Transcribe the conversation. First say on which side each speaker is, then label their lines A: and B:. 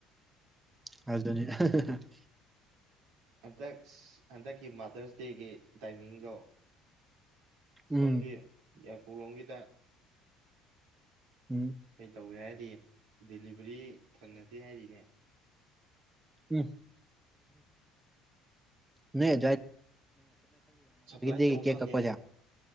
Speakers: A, on the right; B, on the right.
A: ꯍ ꯑꯗꯨꯅꯤ inaudible
B: ꯍꯟꯗꯛ ꯍꯟꯗꯛꯀꯤ ꯃꯥꯗꯔꯁ ꯗꯦꯒꯤ ꯇꯥꯏꯃꯤꯡꯗꯣ
A: ꯎꯝ
B: ꯁꯒꯦ ꯍꯧꯂꯣꯡꯒꯤꯗ
A: ꯎꯝ
B: ꯍ ꯇꯧ ꯌꯥ ꯗꯂꯤꯚꯔꯤ ꯐꯪꯅꯗꯦ ꯍꯥꯏꯔꯤꯅꯦ
A: ꯎ ꯅ
B: ꯁꯄ꯭ꯂꯥꯏ
A: ꯗꯦꯒꯤ
B: ꯇꯧꯕ
A: ꯀꯦꯛ
B: ꯐꯪꯉꯦ
A: ꯀꯛꯄꯁꯦ
B: ꯍꯥꯏꯗꯤ